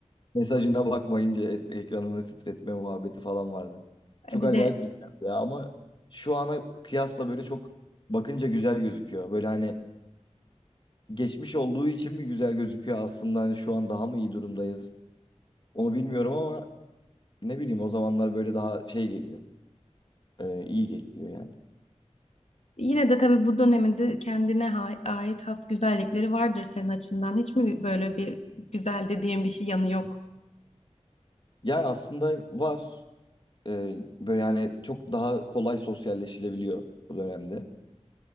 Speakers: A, on the left; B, on the left.
A: Mesajına <laughs> bakmayınca et- ekranını titretme muhabbeti falan vardı. Çok
B: bir
A: acayip
B: de
A: bir dönemdi ya ama şu ana kıyasla böyle çok bakınca güzel gözüküyor. Böyle hani geçmiş olduğu için mi güzel gözüküyor aslında hani şu an daha mı iyi durumdayız? Onu bilmiyorum ama ne bileyim o zamanlar böyle daha şey geliyor. Ee, iyi geliyor yani.
B: yine de tabii bu döneminde kendine ha- ait has güzellikleri vardır senin açından. Hiç mi böyle bir güzel dediğin bir şey yanı yok?
A: Ya aslında var. Ee, böyle yani çok daha kolay sosyalleşilebiliyor bu dönemde.